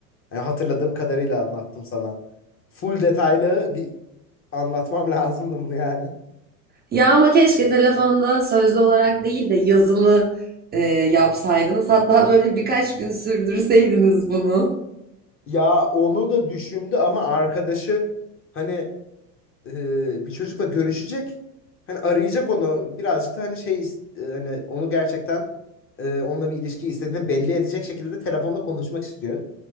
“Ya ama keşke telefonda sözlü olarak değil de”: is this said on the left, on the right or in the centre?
Right